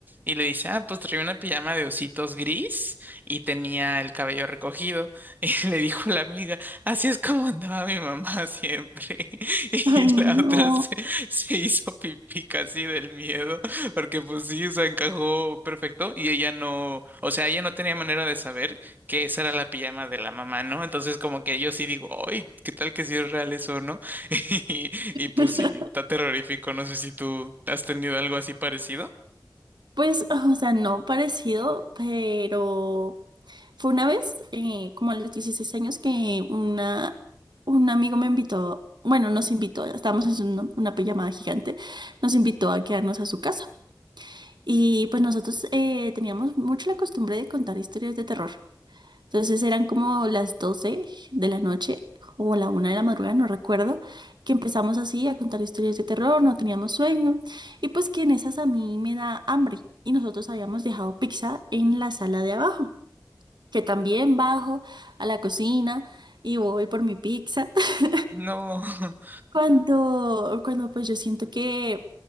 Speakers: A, on the right; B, on the right.
A: Y le dice, ah, pues traía una pijama de ositos gris y tenía el cabello recogido. <laughs> Y le dijo la amiga, así es como andaba mi mamá siempre. <laughs> Y
B: Ay, no.
A: la otra se, se hizo pipí casi del miedo. Porque pues sí, o sea, encajó perfecto y ella no, o sea, ella no tenía manera de saber que esa era la pijama de la mamá, ¿no? Entonces como que yo sí digo, ¡ay! ¿Qué tal que si es real eso, no? <laughs> Y, y pues
B: <laughs>
A: sí, está terrorífico, no sé si tú has tenido algo así parecido.
B: Pues, o sea, no parecido, pero Fue una vez, eh, como a los 16 años, que una, un amigo me invitó, bueno, nos invitó, estábamos en una, una pijamada gigante, nos invitó a quedarnos a su casa. Y pues nosotros eh, teníamos mucho la costumbre de contar historias de terror. Entonces eran como las 12 de la noche o la una de la madrugada, no recuerdo, que empezamos así a contar historias de terror, no teníamos sueño. Y pues que en esas a mí me da hambre y nosotros habíamos dejado pizza en la sala de abajo que también bajo a la cocina y voy por mi pizza. <laughs>
A: No. <laughs>
B: Cuando, cuando pues yo siento que,